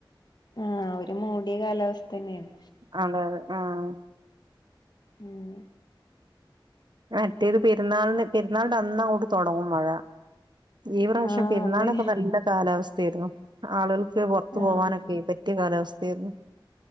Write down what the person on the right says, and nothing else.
അതെ അതെ ആഹ്
മറ്റേത് പെരുന്നാളിന് പെരുന്നാളിന്റ അന്ന് അങ്ങോട്ട് തൊടങ്ങും മഴ ഈ പ്രാവശം
പെരുന്നാലെക്ക
നല്ല കാലാവസ്ഥ ആരുന്നു ആളുകൾക്ക് പൊറത്ത്
പോവാനെക്കെയെ പറ്റിയ കാലാവസ്ഥ ആരുന്നു